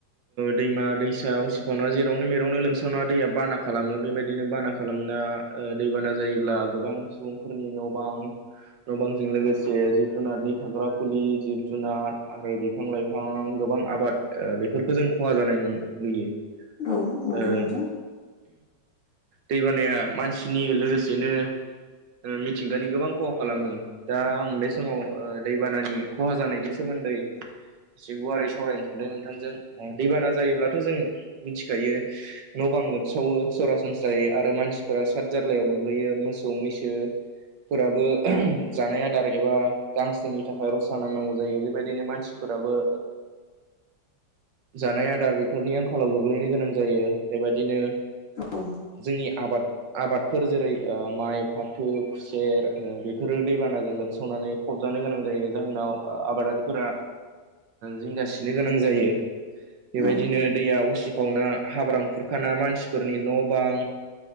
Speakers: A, on the right (about 80°); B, on the left (about 50°).
A: दैमा दैसा उसिफावना जेरावनो मेरावनो लोमसावना दैया बाना खालामो बेबायदिनो बाना खालामना दैबाना जायोब्ला गोबां सुबुंफोरनि न' बां न बांजों लोगोसे जिब जुनारनि थाग्रा खुलि जिब जुनार आरो बिफां लाइ फां गोबां आबाद बेफोरखौ जों खहा जानाय नु नुयो।
B: औ नंगौ
A: ओ
B: नोंथां
A: दैबानाया मानसिनि लोगोसे बिदिनो मिथिंगानि गोबां खहा खालामो। दा आं बे समाव दैबानानि खहा जानायनि सोमोन्दै एसे गुवारै सावरायनो सानदों नोंथांजों दैबाना जायोब्लाथ' जों मिथिखायो न' बां लोमसावो सरासनस्रायै आरो मानसिफोरा सादजारलायाव गो गोलैयो मोसौ मैसो फोराबो जानाय आदार एबा गांसोनि थाखाय रसा नांनांगौ जायो बेबायदिनो मानसि फोराबो
B: <unintelligible>
A: जानाय आदार बेफोरनि आंखालाव गोग्लैनो गोनां जायो बेबायदिनो
B: औ
A: जोंनि आबाद आबादफोर जेरै माइ फाथो सेर बेफोरो दैबानाजों लोमसावनानै फबजानो गोनां जायो जाहोनाव आबादारिफोरा जिंगासिनो गोनां जायो बेबायदिनो
B: औ
A: दैया उसिफावना हाब्रां खुरखाना मानसिफोरनि न' बां